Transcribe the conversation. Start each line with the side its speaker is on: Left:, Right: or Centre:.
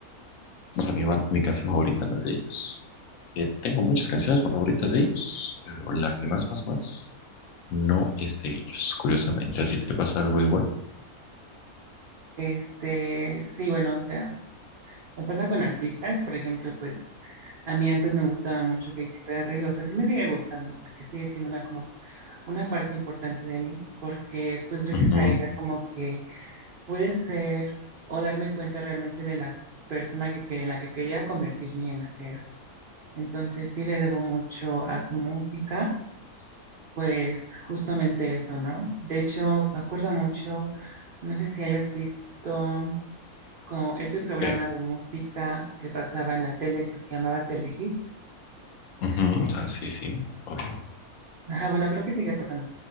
Left: o sea, mi, ban- mi canción favorita no es de ellos. Eh, tengo muchas canciones favoritas de ellos, pero la que más, más, más no es de ellos, curiosamente. ¿A ti te pasa algo igual?
Right: Este, sí, bueno, o sea. Me pasa con artistas, por ejemplo, pues a mí antes me gustaba mucho Katy Perry, o sea, sí me sigue gustando porque sigue siendo una como una parte importante de mí, porque pues gracias
Left: Ujú,
Right: a ella como que pude ser o darme cuenta realmente de la persona que, que- en la que quería convertirme y en la que era. Entonces sí le debo mucho a su música, pues justamente eso, ¿no? De hecho, me acuerdo mucho, no sé si hayas visto con este programa
Left: ¿Qué?
Right: de música que pasaba en la tele que se llamaba Telehit.
Left: Ujú, Ah, sí, sí, obvio.
Right: Ajá, bueno, creo que sigue pasando.